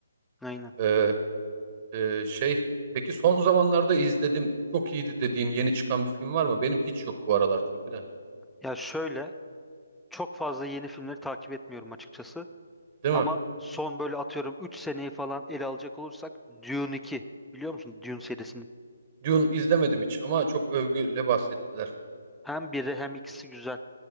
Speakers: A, in the centre; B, on the right.
A: Aynen.
B: E, Ee, şey peki son zamanlarda izledim çok iyiydi dediğin yeni çıkan bir film var mı? Benim hiç yok bu aralar çünkü de.
A: Ya şöyle çok fazla yeni filmleri takip etmiyorum açıkçası.
B: Değil
A: Ama
B: mi?
A: son böyle atıyorum 3 seneyi falan ele alacak olursak Dune 2. Biliyor musun Dune serisini?
B: Dune izlemedim hiç ama çok övgüyle bahsettiler.
A: Hem biri hem ikisi güzel.